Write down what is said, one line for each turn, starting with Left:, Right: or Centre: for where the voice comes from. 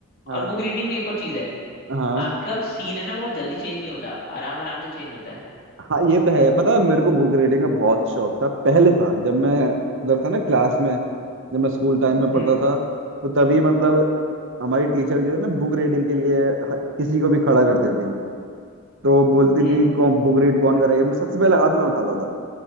Right: हाँ
Left: और बुक रीडिंग में एक और चीज है
Right: हाँ
Left: आपका सीन है ना बहुत जल्दी चेंज नहीं होता आराम आराम से चेंज होता है
Right: हाँ ये तो है पता है मेरे को बुक रीडिंग का बहुत शौक था पहले था जब मैं उधर था ना क्लास में जब मैं स्कूल टाइम
Left: हम्म
Right: में पढ़ता था तो तभी मतलब हमारी टीचर जो है ना बुक रीडिंग के लिए ह- किसी को भी खड़ा करती थी तो बोलती
Left: हम्म
Right: थी कौन बुक रीड कौन करेगा मैं सबसे पहले हाथ में उठाता था